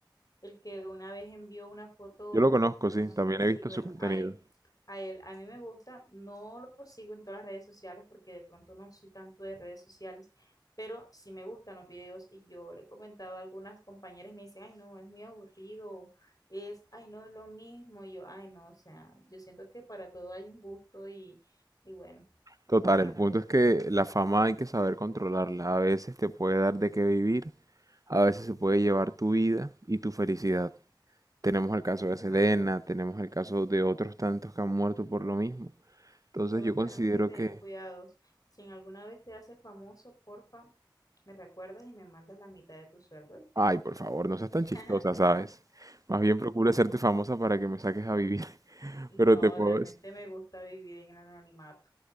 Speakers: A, on the left (about 50°); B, on the right (about 45°).
A: el que una vez envió una foto,
B: Yo lo conozco, sí,
A: no sé,
B: también he
A: sí,
B: visto
A: bueno,
B: su contenido.
A: a él, a él, a mí me gusta, no lo sigo en todas las redes sociales porque de pronto no soy tanto de redes sociales, pero sí me gustan los videos y yo le comentaba a algunas compañeras y me dicen, ay, no, es muy aburrido, es, ay, no es lo mismo, y yo, ay, no, o sea, yo siento que para todo hay un gusto y, y bueno,
B: Total,
A: importante
B: el punto
A: es
B: es que
A: que,
B: la fama hay que saber controlarla. A veces te puede dar de qué vivir, a veces se puede llevar tu vida y tu felicidad. Tenemos el caso
A: exacto.
B: de Selena, tenemos el caso de otros tantos que han muerto por lo mismo. Entonces
A: Solo
B: yo
A: tenemos
B: considero
A: que tener
B: que
A: cuidados. Si en alguna vez te haces famoso, porfa, me recuerdas y me mandas la mitad de tu sueldo, ¿oíste?
B: Ay, por favor, no seas tan
A: <laughs>
B: chistosa, ¿sabes? Más bien procura hacerte famosa para que me saques a vivir, <laughs>
A: No,
B: pero te puedo
A: realmente
B: decir-
A: me gusta vivir en el anonimato.